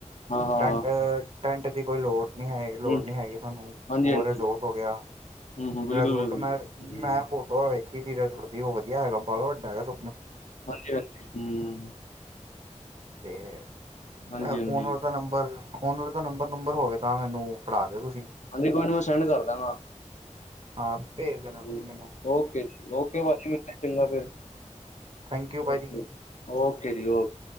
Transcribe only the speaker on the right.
ਟੈਂਟ-ਟੈਂਟ ਦੀ ਕੋਈ ਲੋੜ ਨਹੀਂ ਹੈਗੇ ਲੋੜ
ਨੀ ਹੈਗੀ ਹੁਣ,
ਉਹ
ਰਿਜੋਰਟ ਹੋ ਗਿਆ।
ਰਜੋਰਟ
ਮੈਂ,
ਮੈਂ ਫੋਟੋ ਵੇਖੀ ਸੀ, ਰਜੋਰਟ ਦੀ ਉਹ ਵਧੀਆ ਹੈਗਾ ਬਾਲਾ ਵੱਡਾ ਹੈਗਾ ਸ
ਤੇ,
ਐ
ਓਨਰ ਦਾ ਨੰਬਰ ਜੀ। ਓਨਰ ਦਾ ਨੰਬਰ-ਨੰਬਰ ਹੋਵੇ ਤਾਂ ਮੈਨੂੰ ਫੜਾ ਦਿਓ ਤੁਸੀਂ।
ਹਾਂ, ਭੇਜ ਦੇਣਾ ਤੁਸੀਂ
ਮੈਨੂੰ।
ਥੈਂਕ ਯੂ ਭਾਜੀ